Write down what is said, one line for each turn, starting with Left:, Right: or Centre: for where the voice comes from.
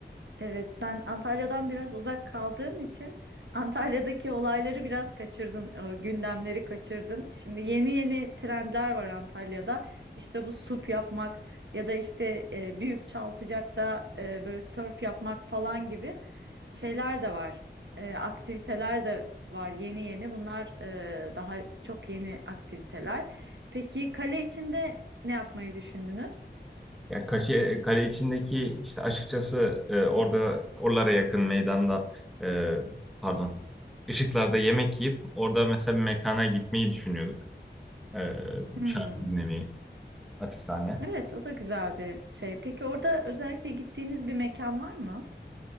Right: Evet, sen Antalya'dan biraz uzak kaldığın için Antalya'daki olayları biraz kaçırdın, e, gündemleri kaçırdın. Şimdi yeni yeni trendler var Antalya'da. İşte bu sup yapmak ya da işte e, büyük Çaltıcak'ta e, böyle sörf yapmak falan gibi şeyler de var. E, aktiviteler de var yeni yeni. Bunlar e, daha çok yeni aktiviteler. Peki kale içinde ne yapmayı düşündünüz?
Centre: Ya kale, kale içindeki işte açıkçası e, orada oralara yakın meydanda e, pardon ışıklarda yemek yiyip orada mesela bir mekana gitmeyi düşünüyorduk. E,
Right: Hmm.
Centre: şarkı dinlemeyi açık sahne.
Right: Evet, o da güzel bir şey. Peki orada özellikle gittiğiniz bir mekan var mı?